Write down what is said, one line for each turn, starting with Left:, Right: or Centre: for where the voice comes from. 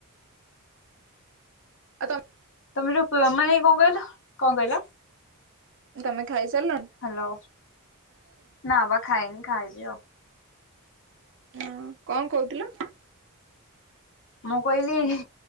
Right: ଆ ତମ
Left: ତମେ ଯୋଉ <unintelligible> ମାନେ କଣ କହିଲ କଣ କହିଲ।
Right: ତମେ ଖାଇ ସାରିଲଣି।
Left: ହ୍ୟାଲୋ ନା ବା ଖାଇନି ଖାଇବି ଆଉ।
Right: ହଁ କଣ କହୁଥିଲ?
Left: ମୁଁ କହିଲି